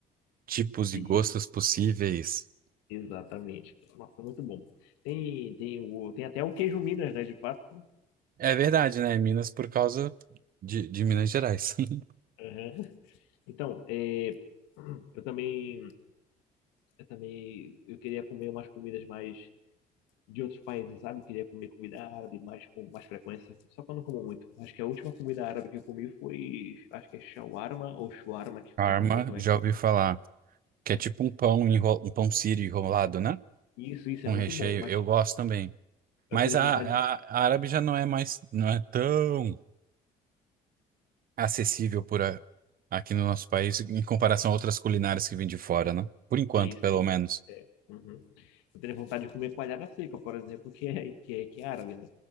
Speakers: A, on the right; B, on the left.
A: tipos
B: Isso,
A: e gostos possíveis.
B: exatamente. Nossa, muito bom. Tem, tem, o, tem até o queijo Minas, né? De fato.
A: É verdade, né? Minas por causa de, de Minas Gerais. <laughs>
B: Aham. <laughs> Então, é, eu também, eu também, eu queria comer umas comidas mais de outros países, sabe? Queria comer comida árabe mais com mais frequência, só que eu não como muito. Acho que a última comida árabe que eu comi foi, acho que é shawarma ou shawarma que
A: Parma,
B: fala, não sei como
A: já
B: é que
A: ouvi
B: é.
A: falar, que é tipo um pão, enro- um pão sírio enrolado, né?
B: Isso, isso
A: Um
B: é muito
A: recheio,
B: bom, mas
A: eu gosto também.
B: eu
A: Mas
B: teria
A: a,
B: vontade de...
A: a, a árabe já não é mais, não é tão acessível por a- aqui no nosso país em comparação a outras culinárias que vêm de fora, né? Por enquanto,
B: Sim, sim.
A: pelo menos.
B: Uhum. Eu teria vontade de comer coalhada seca, por exemplo, que é, que é, que é árabe, né?